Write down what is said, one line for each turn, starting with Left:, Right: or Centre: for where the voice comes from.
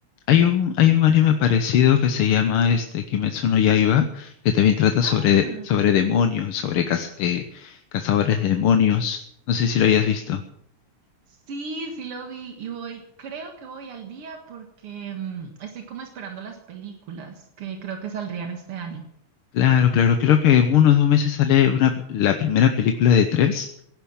Left: Hay un, hay un anime parecido que se llama este, Kimetsu no Yaiba, que también trata
Right: Ah,
Left: sobre, sobre demonios, sobre caz- eh, cazadores de demonios. No sé si lo hayas visto.
Right: sí, sí lo vi y voy, creo que voy al día porque mm, estoy como esperando las películas que creo que saldrían este año.
Left: Claro, claro, creo que en unos dos meses sale una, la primera película de tres,